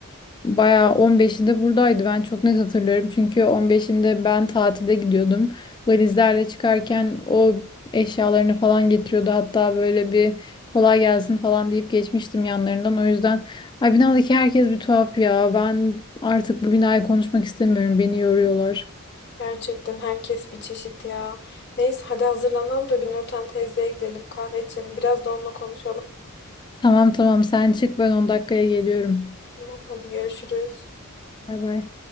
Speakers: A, on the left (about 20°); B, on the left (about 50°).
A: Bayağı 15'inde buradaydı. Ben çok net hatırlıyorum. Çünkü 15'inde ben tatile gidiyordum. Valizlerle çıkarken o eşyalarını falan getiriyordu. Hatta böyle bir kolay gelsin falan deyip geçmiştim yanlarından. O yüzden ay binadaki herkes bir tuhaf ya. Ben artık bu binayı konuşmak istemiyorum. Beni yoruyorlar.
B: Gerçekten herkes bir çeşit ya. Neyse hadi hazırlanalım da bir Nurten teyzeye gidelim kahve içelim biraz da onunla konuşalım.
A: Tamam tamam sen çık ben 10 dakikaya geliyorum.
B: Tamam hadi görüşürüz.
A: Bay bay.